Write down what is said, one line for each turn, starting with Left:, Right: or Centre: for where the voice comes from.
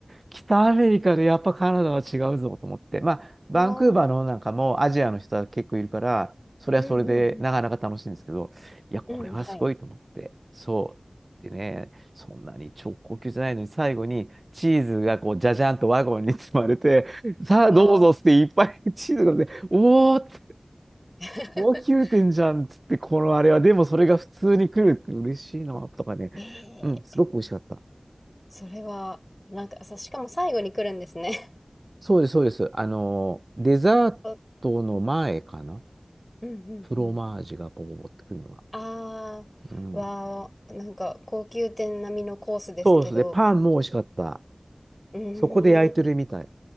Right: 北アメリカでやっぱカナダは違うぞと思って、まあ、バンクーバーの方なんかもアジアの人は結構いるから、
Left: も
Right: それはそれでなかなか楽しいんですけど、
Left: ううん、うん、
Right: いや、これはすごいと思って、
Left: うん。うん、はい。
Right: そう。でね、そんなに超高級じゃないのに、最後にチーズがこう、じゃじゃんとワゴンに積まれて、さあ、
Left: わあ。
Right: どうぞっつって、いっぱいチーズがね、おーって、
Left: <laughs>
Right: 高級店じゃんっつって、このあれは、でもそれが普通に来るって嬉しいな、とかね。
Left: ええ
Right: うん、すごく美味しかった。
Left: それは、なんかさ、しかも最後に来るんですね。
Right: そうです、そうです。あの、デザートの前かな。
Left: <laughs> そううんうんうん。
Right: フロマージュがポポポってくるのが。
Left: ああ、
Right: うん。
Left: わあ、なんか高級店並みのコースですけど、
Right: そうですね。パンも美味しかった。
Left: うーん、
Right: そこで焼いてるみたい。